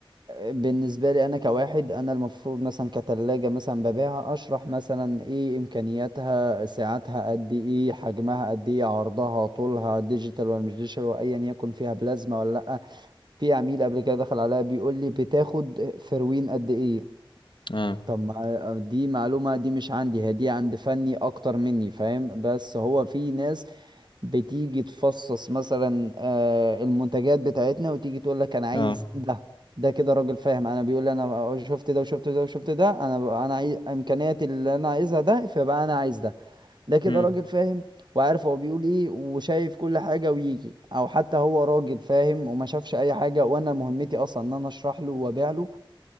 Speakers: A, on the right (about 55°); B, on the left (about 65°).
A: بالنسبة لي أنا كواحد أنا المفروض مثلا كتلاجة مثلا ببيعها أشرح مثلا إيه إمكانياتها سعتها قد إيه حجمها قد إيه عرضها طولها ديجيتال ولا مش ديجيتال وأيا يكن فيها بلازما ولا لأ في عميل قبل كده دخل عليا بيقول لي بتاخد فروين قد إيه
B: اه
A: طب ما دي معلومة دي مش عندي هي دي عند فني أكتر مني فاهم بس هو في ناس بتيجي تفصص مثلا آه، المنتجات بتاعتنا وتيجي تقول لك انا عايز
B: اه
A: ده ده كده راجل فاهم انا بيقول لي انا شفت ده وشفت ده وشفت ده انا ب- انا عايز امكانياتي اللي انا عايزها ده فيبقى انا عايز ده ده كده
B: امم
A: راجل فاهم وعارف هو بيقول ايه وشايف كل حاجة ويجي او حتى هو راجل فاهم وما شافش اي حاجة وانا مهمتي اصلا ان انا اشرح له وابيع له